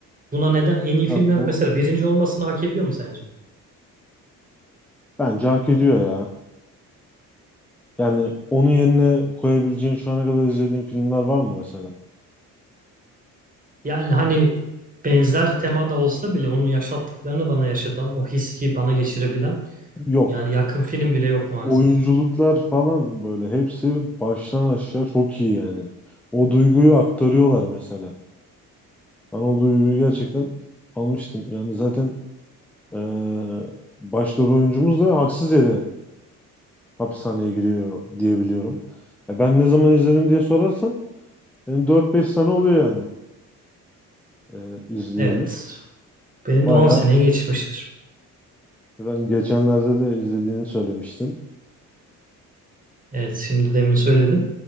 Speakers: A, on the right; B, in the centre.
A: Buna neden en iyi filmler
B: Ya bu
A: mesela birinci olmasını hak ediyor mu sence?
B: bence hak ediyor ya. Yani onun yerine koyabileceğin şu ana kadar izlediğin filmler var mı mesela?
A: Yani hani benzer temada olsa bile onun yaşattıklarını bana yaşatan, o hissi bana geçirebilen
B: Yok.
A: yani yakın film bile yok maalesef.
B: oyunculuklar falan böyle hepsi baştan aşağı çok iyi yani. O duyguyu aktarıyorlar mesela. Ben o duyguyu gerçekten almıştım. Yani zaten eee başrol oyuncumuz da haksız yere hapishaneye giriyor diyebiliyorum. Ya ben ne zaman izledim diye sorarsan benim 4-5 sene oluyor yani eee, izleyeli.
A: Evet. Benim
B: Bayağı
A: de 10 seneye geçmiştir.
B: zaten geçenlerde de izlediğini söylemiştin.
A: Evet şimdi demin söyledim.